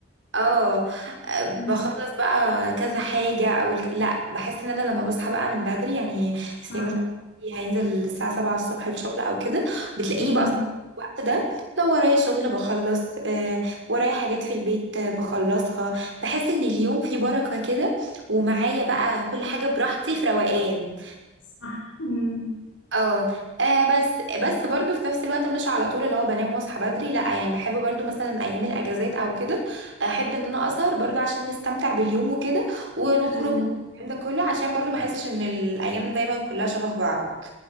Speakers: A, on the right; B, on the left.
A: اه آه، بخلص
B: أمم.
A: بقى كذا حاجه او الك... لا بحس ان انا لما بصحى بقى من بدري يعني
B: صح
A: زي مثلا هينزل الساعه 7 الصبح الشغل او كده بتلاقيني
B: أمم.
A: بقى صاحيه في الوقت ده لو ورايا شغل بخلص آه ورايا حاجات في البيت آه، بخلصها بحس ان اليوم فيه بركه كده ومعايا بقى كل حاجه براحتي في روقان
B: صح مم.
A: اه آه، بس بس برضو في نفس الوقت مش على طول اللي هو بنام واصحى بدري لا يعني بحب برضو مثلا ايام الاجازات او كده احب ان انا اسهر برضو عشان نستمتع باليوم وكده ونخرج
B: ايوه
A: والكلام ده كله عشان برضو ما احسش ان الايام دايما كلها شبه بعض